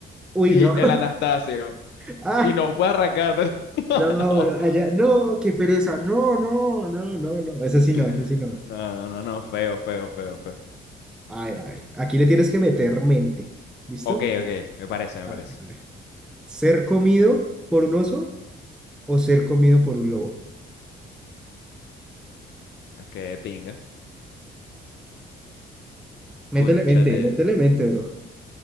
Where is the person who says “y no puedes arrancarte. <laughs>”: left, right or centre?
Left